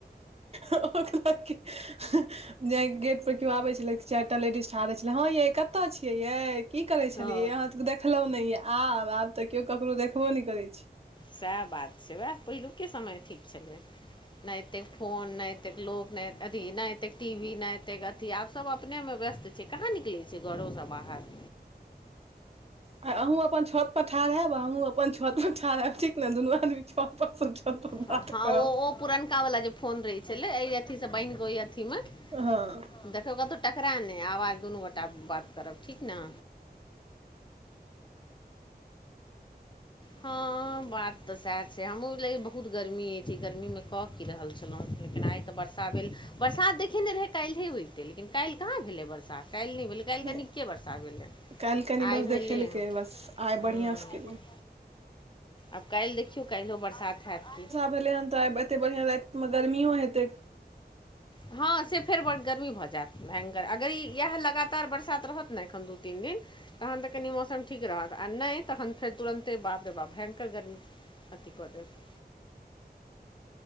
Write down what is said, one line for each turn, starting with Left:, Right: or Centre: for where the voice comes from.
Right: ओकरा के <unintelligible> केओ आबे छले चारि टा लेडीज ठाढ़े रहै छलै हँ ये कतऽ छियै ये की करे
Left: हँ
Right: छलियै अहाँ सबकेँ दे देखलहु नै यै आब आब तऽ केओ ककरो देखबो नहि करै छै
Left: सैह बात छै उहै पहिलुके समय ठीक छलै नैय एतेक फोन नै एतेक लोको नहि अथी नैय एतेक टी वी नैय एतेक अथी आब सब अपनेमे व्यस्त छै कहाँ निकलै छै घरोसँ बाहर
Right: आ अहूँ अपन छत पर ठार हैब हमहूँ अपन छत पर ठार हैब ठीक न दुनू आदमी छत पर सँ छत पर
Left: ह
Right: बात
Left: हँ
Right: करब
Left: ओ ओ पुरनका वालला जे फोन रहै छलै एहि अथी सँ बानहि कऽ ओहि अथी म
Right: हँ
Left: देखौ कतौ टकरा नहि आवाज दुनू गोटा बात करब ठीक न हँ बात तऽ सैह छै हमू लेकिन बहुत गर्मी अछि गर्मी मे कऽ की रहलहु लेकिन आइ तऽ बरशा भेल बरसात देखेने रहे काल्हि होयइते लेकिन काल्हि कहाँ भेलै वर्षा काल्हि नहि भेलै काल्हि
Right: नहि
Left: कनीके वर्षा भेलै
Right: काल्हि कनि
Left: आइ
Right: बस
Left: भेलै
Right: देखेलकै
Left: हन
Right: बस आइ
Left: हूँ
Right: बढ़िआँसँ केलियै
Left: आब काल्हि देखियौ काल्हियो बरसात हैत कि
Right: भेले हन तऽ आब एते बढ़िया राति मे गर्मीयो हेतै
Left: हँ से फेर बड़ गर्मी भऽ जायत भयंकर अगर ई इएह लगातार बरसात रहत नऽ एखन दू तीन दिन तहन तऽ कनि मौसम ठीक रहत आ नहि तखन फेर तुरन्ते बाप रे बाप भयंकर गर्मी अभि कऽ देत